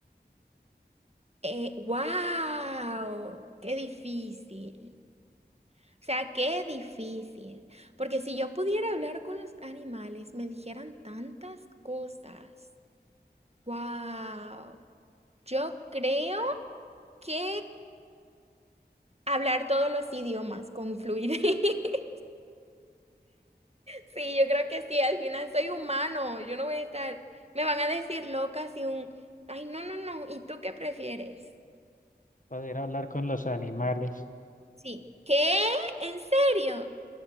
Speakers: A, on the right (about 35°); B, on the left (about 50°).
A: Eh, wow, qué difícil. O sea, qué difícil. Porque si yo pudiera hablar con los animales, me dijeran tantas cosas. Wow. Yo creo que hablar todos los idiomas con fluidez. <laughs> Sí, yo creo que sí, al final soy humano, yo no voy a estar, me van a decir loca si un, ay, no, no, no, ¿y tú qué prefieres?
B: Poder hablar con los animales,
A: Sí. ¿Qué? ¿En serio?